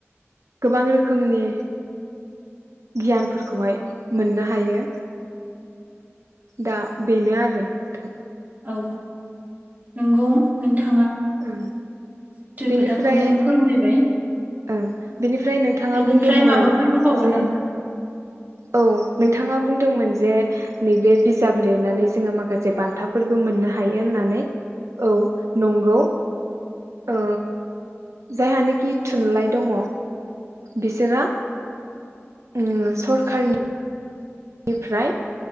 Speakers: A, on the right; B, on the right.
A: गोबां रोखोमनि गियानफोरखौहाय मोननो हायो। दा बेनो आरो नोंथां।
B: औ नंगौ नोंथां।
A: ओं बेनिफ्राय
B: खोथाखौनो फोरमायबाय
A: ओं बेनिफ्राय नोंथाङा
B: बेनिफ्राय
A: बुंदोंमोन
B: माबाफोर बुंबावगोन
A: जे
B: नामा
A: औ नोंथाङा बुंदोंमोन जे नैबे बिजाब लिरनानै जोङो माखासे बान्थाफोरबो मोननो हायो होननानै। औ नंगौ। ओ जायहानाखि थुनलाइ दङ बिसोरा ओं सरखारनि निफ्राय